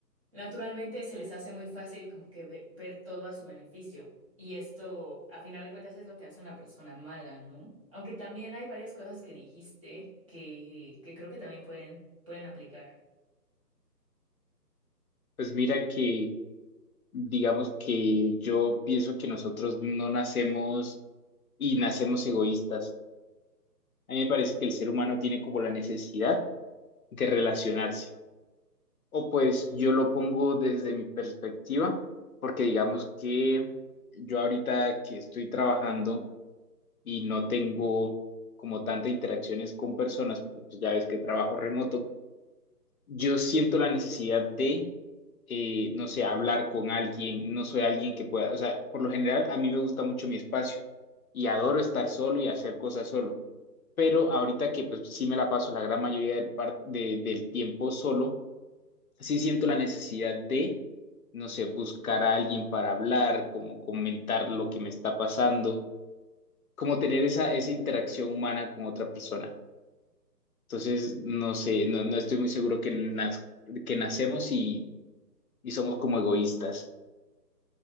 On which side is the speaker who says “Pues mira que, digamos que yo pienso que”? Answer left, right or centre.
Left